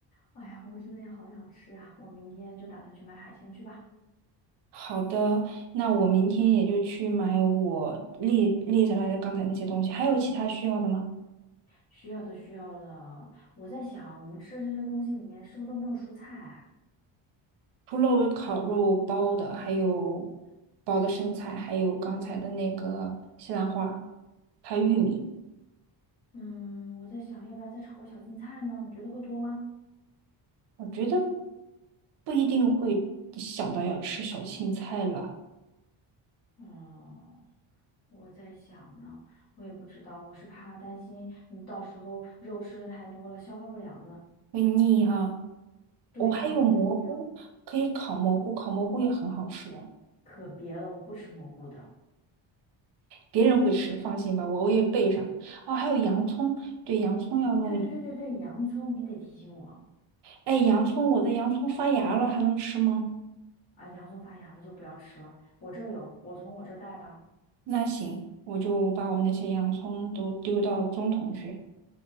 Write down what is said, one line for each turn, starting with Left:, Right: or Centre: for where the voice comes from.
Left: 哎呀，我真的也好想吃啊！我明天就打算去买海鲜去吧。
Right: 好的，那我明天也就去买我列列下来的刚才那些东西，还有其他需要的吗？
Left: 需要的，需要的。我在想，我们吃的这些东西里面是不是都没有蔬菜？
Right: 除了我烤肉包的，还有包的生菜，还有刚才的那个西兰花，还有玉米。
Left: 嗯，我在想，要不要再炒个小青菜呢？你觉得会多吗？
Right: 我觉得不一定会想到要吃小青菜了，
Left: 哦，我在想呢，我也不知道，我是怕担心你到时候肉吃的太多了，消化不良呢。
Right: 会腻哈、
Left: 对呀，
Right: 我、还有蘑菇，
Left: 会很腻啊。
Right: 可以烤蘑菇，烤蘑菇也很好吃的，
Left: 可别了，我不吃蘑菇的。
Right: 别人会吃，放心吧，我我也备上。哦，还有洋葱，对，洋葱要弄一点。
Left: 对对对对对，洋葱你得提醒我
Right: 哎，洋葱，我的洋葱发芽了，还能吃吗？
Left: 啊，洋葱发芽了就不要吃了。我这儿有，我从我这儿带吧。
Right: 那行，我就把我那些洋葱都丢到中桶去。